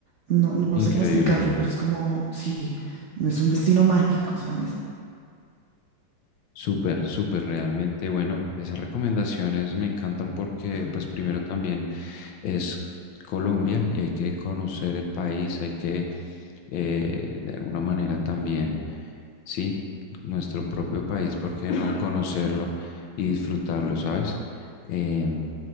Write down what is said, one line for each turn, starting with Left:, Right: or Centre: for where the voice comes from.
Right: no, no
Left: Increíble.
Right: sé cómo explicarlo, pero es como, sí, es un destino mágico, ¿sabes?
Left: Súper, súper, realmente, bueno, esas recomendaciones me encantan porque, pues primero también es Colombia y hay que conocer el país, hay que, eh, de alguna manera también, sí, nuestro propio país, ¿por qué no <laughs> conocerlo y disfrutarlo, ¿sabes? Em,